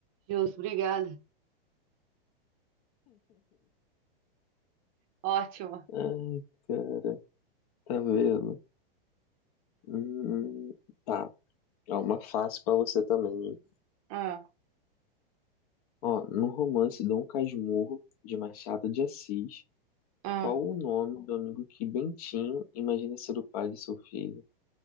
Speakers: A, on the right (about 40°); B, on the left (about 40°).
A: Justo, obrigada. Ótimo.
B: Ai, cara, tá vendo? Hum, tá. É uma fácil pra você também. hein?
A: Ah,
B: Ó, no romance Dom Casmurro, de Machado de Assis.
A: ah,
B: Qual o nome do amigo que Bentinho imagina ser o pai de seu filho?